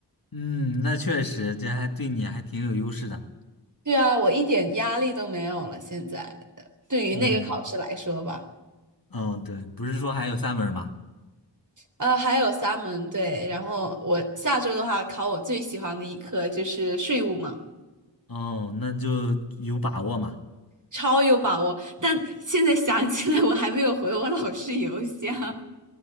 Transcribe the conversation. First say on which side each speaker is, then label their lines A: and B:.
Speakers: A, on the left; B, on the right.
A: 嗯，那确实这还对你还挺有优势的，
B: 对啊，我一点压力都没有了。现在对于那个考试来说吧，
A: 嗯，哦，对，不是说还有三门儿吗？
B: 呃，还有三门对，然后我下周的话考我最喜欢的一科就是税务嘛，
A: 哦，那就有把握嘛。
B: 超有把握。但现在想起来，我还没有回我老师邮箱。